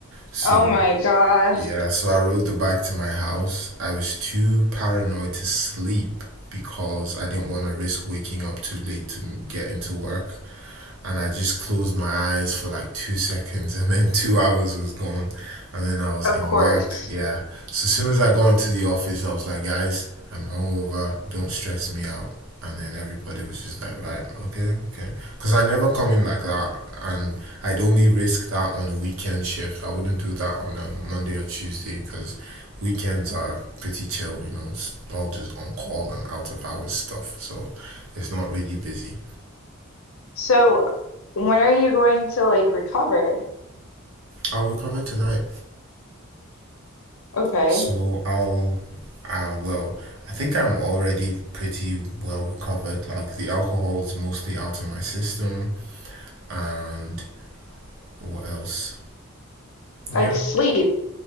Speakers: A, on the right; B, on the left.
A: So.
B: Oh my gosh.
A: Yeah, so I rode the bike to my house. I was too paranoid to sleep because I didn't want to risk waking up too late to get into work and I just closed my eyes for like two seconds, <laughs> and then two hours was gone, and then I was
B: Of
A: in
B: course.
A: work. Yeah. So as soon as I got into the office, I was like, guys, I'm hungover. Don't stress me out. And then everybody was just like, right, okay, okay. Because I never come in like that, and I'd only risk that on a weekend shift. I wouldn't do that on a Monday or Tuesday because weekends are pretty chill, you know, it's all just on call and out of hours stuff. So it's not really busy.
B: So, when are you going to like recover?
A: I'll recover tonight.
B: Okay.
A: So I'll, I will. I think I'm already pretty well recovered. Like the alcohol is mostly out of my system, and what else?
B: Like
A: Yeah.
B: sleep.